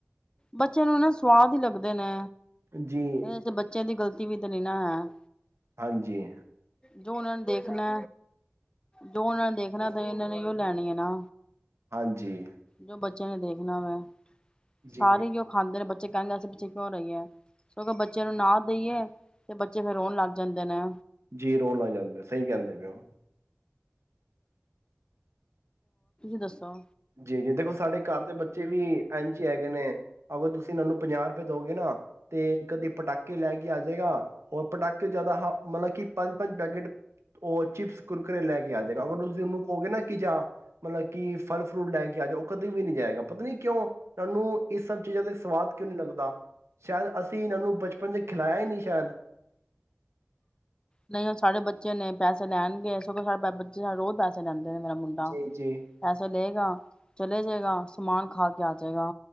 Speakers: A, on the left (about 20°); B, on the right (about 75°).
A: ਬੱਚੇ ਨੂੰ ਨਾ ਸਵਾਦ ਹੀ ਲੱਗਦੇ ਨੇ
B: ਜੀ
A: ਇਹਦੇ ਚ ਬੱਚੇ ਦੀ ਗ਼ਲਤੀ ਵੀ ਤੇ ਨ ਨਾ ਹੈ
B: ਹਾਂਜੀ
A: ਜੋ ਉਹਨਾਂ ਨੇ ਦੇਖਣਾ ਜੋ ਉਹਨਾਂ ਨੇ ਦੇਖਣਾ ਤਾਂ ਇਹਨਾਂ ਨੇ ਉਹ ਲੈਣੀ ਹੈ ਨਾ
B: ਹਾਂਜੀ
A: ਜੋ ਬੱਚਿਆਂ ਨੇ ਦੇਖਣਾ ਮੈਂ ਸਾਰੇ
B: ਜੀ
A: ਹੀ ਉਹ ਖਾਂਦੇ ਨੇ ਬੱਚ ਬੱਚੇ ਕਹਿੰਦੇ ਅਸੀ ਪਿੱਛੇ ਕਿਉਂ ਰਹੀ ਹੈ ਸਕ ਬੱਚੇ ਨੂੰ ਨਾ ਦੇਈਏ ਤੇ ਬੱਚੇ ਫੇਰ ਰੋਣ ਲੱਗ ਜਾਂਦੇ ਨੇ
B: ਜੀ ਰੋ ਲ ਆ ਜਾਂਦੇ ਸਹੀ ਕਹਿੰਦੇ ਪਓ
A: ਦੱਸਾ
B: ਜੀ ਜੀ ਦੇਖੋ ਸਾਡੇ ਘਰ ਦੇ ਬੱਚੇ ਵੀ ਇਝ ਹੀ ਹੈਗੇ ਨੇ ਅਗਰ ਤੁਸੀਂ ਇਹਾਨ ਨੂੰ ਪੰਜਾਹ ਰੁਪਏ ਦਓਗੇ ਨਾ ਤੇ ਕਦੇ ਪਟਾਕੇ ਲੈ ਕੇ ਆ ਜਾਏਗਾ ਰ ਪਟਾਕੇ ਜਿਆਦਾ ਹ ਮਤਲਬ ਕਿ ਪੰਜ ਪੰਜ ਪੈਕੇਟ ਉਹ ਚਿਪਸ ਕੁਰਕਰੇ ਲੈ ਕੇ ਆ ਜਾਏਗਾ ਅਗਰ ਤੁਸੀਂ ਉਹਨੂੰ ਕਹੋਗੇ ਨਾ ਕਿ ਜਾਂ ਮਤਲਬ ਕਿ ਫਲ ਫਰੂਟ ਲੈ ਕੇ ਆ ਜਾਓ ਕਦੇ ਵੀ ਨਹੀਂੀ ਜਾਏਗਾ ਪਤਾ ਨੀ ਕਿਉਂ ਇਹਾਨੂੰ ਇਸ ਸਭ ਚੀਜ਼ਾਂ ਦੇ ਸਵਾਦ ਕਿਉਂ ਨਹੀਂੀ ਲੱਗਦਾ ਸ਼ਾਇਦ ਅਸੀਂ ਇਹਾਨੂੰ ਬਚਪਨ ਚ ਖਿਲਾਇਆ ਹੀ ਨਹੀਂੀ ਸ਼ਾਇਦ
A: ਨਹੀਂੁਣ ਸਾਡੇ ਬੱਚੇ ਨੇ ਪੈਸੇ ਲੈਣਗੇ ਸਗ ਸਾੇ ਬੱਚੇ ਰੋਜ਼ ਪੈਸੇ ਲੈਂਦੇ ਮੇਰਾ ਮੁੰਡਾ
B: ਜੀ ਜੀ
A: ਪੈਸਾ ਲਏਗਾ ਚ ਲੈ ਜਾਏਗਾ ਸਮਾਨ ਖਾ ਕੇ ਆ ਜਾਏਗਾ